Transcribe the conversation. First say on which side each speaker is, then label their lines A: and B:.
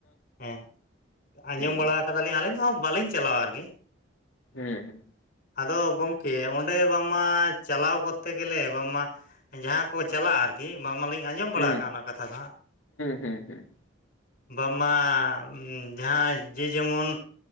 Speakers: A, on the left; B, on the left.
A: ᱦᱮᱸ ᱟᱸᱡᱚᱢ
B: ᱦᱮᱸ
A: ᱵᱟᱲᱟ ᱠᱟᱫᱟᱞᱤᱧ ᱟᱹᱞᱤᱧ ᱫᱚᱦᱟᱜ ᱵᱟᱞᱤᱧ ᱪᱟᱞᱟᱣᱟ ᱟᱨᱠᱤ
B: ᱦᱮᱸ ᱦᱮᱸ
A: ᱟᱫᱚ ᱜᱚᱢᱠᱮ ᱚᱸ ᱚᱸᱰᱮ ᱵᱟᱝᱢᱟ ᱪᱟᱞᱟᱣ ᱠᱚᱨᱛᱮ ᱜᱮᱞᱮ ᱵᱟᱝᱢᱟ ᱡᱟᱦᱟᱸ ᱠᱚ ᱪᱟᱞᱟᱜᱼᱟ ᱟᱨᱠᱤ ᱠᱤ ᱵᱟᱝ ᱢᱟᱞᱤᱧ ᱟᱸᱡᱚᱢ ᱵᱟᱲᱟ
B: ᱦᱮᱸ
A: ᱠᱟᱜᱼᱟ ᱚᱱᱟ ᱠᱟᱛᱷᱟ ᱫᱚ ᱦᱟᱸᱜ
B: ᱦᱮᱸ ᱦᱮᱸ
A: ᱵᱟᱝ ᱢᱟ ᱡᱟᱦᱟᱸᱭ ᱡᱮ ᱡᱮᱢᱚᱱ